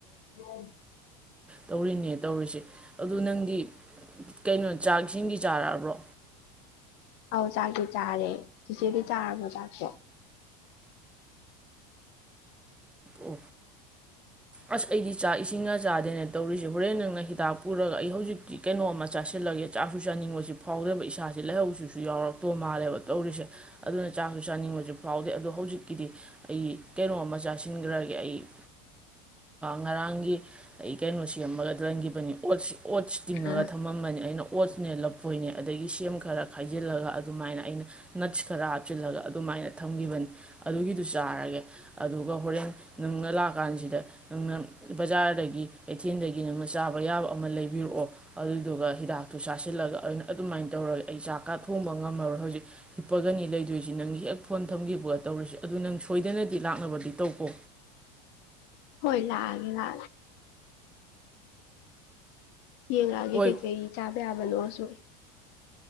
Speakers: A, on the left; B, in the centre.
A: ꯎ
B: ꯇꯧꯔꯤꯅꯦ ꯇꯧꯔꯤꯁꯦ ꯑꯗꯨ ꯅꯪꯗꯤ ꯀꯩꯅꯣ ꯆꯥꯛ ꯏꯁꯤꯡꯒꯤ ꯆꯥꯔꯛꯑꯕ꯭ꯔꯣ
A: ꯑꯧ ꯆꯥꯛꯇ ꯆꯥꯔꯦ ꯍꯧꯖꯤꯕꯤ ꯆꯥꯔꯕꯣ ꯆꯥꯛꯇꯣ
B: ꯎ ꯑꯁ ꯑꯩꯗꯤ ꯆꯥꯛ ꯏꯁꯤꯡꯒ ꯆꯥꯗꯦꯅꯦ ꯇꯧꯔꯤꯁꯦ ꯍꯣꯔꯦꯟ ꯅꯪꯅ ꯍꯤꯗꯥꯛ ꯄꯨꯔꯒ ꯑꯩ ꯍꯧꯖꯤꯛꯇꯤ ꯀꯩꯅꯣꯝꯃ ꯆꯥꯁꯤꯜꯂꯒꯦ ꯆꯥꯛꯁꯨ ꯆꯥꯅꯤꯡꯕꯁꯤ ꯐꯥꯎꯗꯦꯕ ꯏꯁꯥꯥꯁꯦ ꯂꯩꯍꯧꯁꯤꯁꯨ ꯌꯥꯎꯔꯛꯇꯣ ꯃꯥꯜꯂꯦꯕ ꯇꯧꯔꯤꯁꯦ ꯑꯗꯨꯅ ꯆꯥꯛꯁꯨ ꯆꯥꯅꯤꯡꯕꯁꯨ ꯐꯥꯎꯗꯦ ꯑꯗꯨꯗꯣ ꯍꯧꯖꯤꯛ ꯀꯤꯗꯤ ꯑꯩ ꯀꯩꯅꯣꯝꯃ ꯆꯥꯁꯤꯟꯈ꯭ꯔꯒꯦ ꯑꯩ ꯉꯔꯥꯡꯒꯤ ꯑꯩ ꯀꯩꯅꯣꯁꯤ ꯌꯥꯝꯃꯒ ꯂꯟꯈꯤꯕꯅꯤ ꯑꯣꯠꯁꯤ ꯑꯣꯠꯁꯤ ꯇꯤꯡꯉꯒ
A: ꯑ
B: ꯊꯝꯃꯝꯕꯅꯤ ꯑꯩꯅ ꯑꯣꯣꯠꯁꯅꯦ ꯂꯐꯣꯏꯅꯦ ꯑꯗꯒꯤ ꯁꯦꯝ ꯈꯔ ꯈꯥꯏꯖꯤꯜꯂꯒ ꯑꯗꯨꯃꯥꯏꯅ ꯑꯩꯅ <unintelligible> ꯈꯔ ꯍꯥꯞꯆꯤꯜꯂꯒ ꯑꯗꯨꯃꯥꯏꯅ ꯊꯝꯈꯤꯕꯅꯤ ꯑꯗꯨꯒꯤꯗꯨ ꯆꯥꯔꯒꯦ ꯑꯗꯨ ꯑꯗꯨꯒ ꯍꯣꯔꯦꯟ ꯅꯨꯡꯅ ꯂꯥꯛꯑ ꯀꯥꯟꯁꯤꯗ ꯅꯪꯅ ꯕꯖꯥꯔꯗꯒꯤ ꯀꯩꯊꯦꯜꯗꯒꯤ ꯅꯪꯅ ꯆꯥꯕ ꯌꯥꯕ ꯑꯃ ꯂꯩꯕꯤꯔꯛꯑꯣ ꯑꯗꯨꯗꯨꯒ ꯍꯤꯗꯥꯛꯇꯨ ꯆꯥꯁꯤꯜꯂꯒ ꯑꯩꯅ ꯑꯗꯨꯃꯥꯏꯅ ꯇꯧꯔꯒ ꯑꯩ ꯆꯥꯛꯀꯥ ꯊꯣꯡꯕ ꯉꯝꯃꯔꯣꯏ ꯍꯧꯖꯤꯛ ꯍꯤꯞꯄꯒꯅꯤ ꯂꯩꯗꯣꯏꯁꯤ ꯅꯪꯒꯤ ꯍꯦꯛ ꯐꯣꯟ ꯊꯝꯈꯤꯕꯒ ꯇꯧꯔꯤꯁꯤ ꯑꯗꯨ ꯅꯪ ꯁꯣꯏꯗꯅ ꯁꯤ ꯂꯥꯛꯅꯕꯗꯤ ꯇꯧꯕꯀꯣ
A: ꯍꯣꯏꯂ ꯍꯥꯏꯒꯂ ꯌꯦꯡꯉꯛꯑꯒꯦ
B: ꯍꯣꯏ
A: ꯀꯩꯀꯩ ꯆꯥꯕ ꯌꯥꯕꯅꯣꯁꯨ